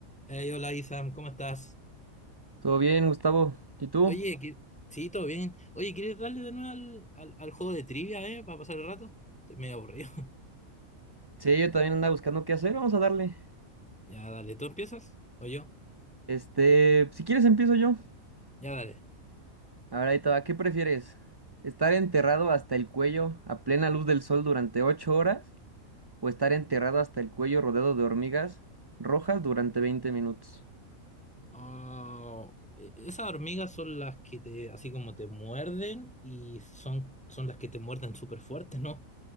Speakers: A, in the centre; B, on the right.
A: Hey, hola Isam, ¿cómo estás?
B: Todo bien, Gustavo. ¿Y tú?
A: Oye, que... sí, todo bien. Oye, ¿quieres darle de nuevo al, al, al juego de trivia, eh? Para pasar el rato. Estoy medio aburrido. <laughs>
B: Sí, yo también andaba buscando qué hacer. Vamos a darle.
A: Ya, dale, ¿tú empiezas? ¿O yo?
B: Este, si quieres empiezo yo.
A: Ya, dale.
B: A ver, ahí te va. ¿Qué prefieres? ¿Estar enterrado hasta el cuello a plena luz del sol durante ocho horas? ¿O estar enterrado hasta el cuello rodeado de hormigas rojas durante 20 minutos?
A: Ah, e- esas hormigas son las que te, así como te muerden y son, son las que te muerden súper fuerte, ¿no?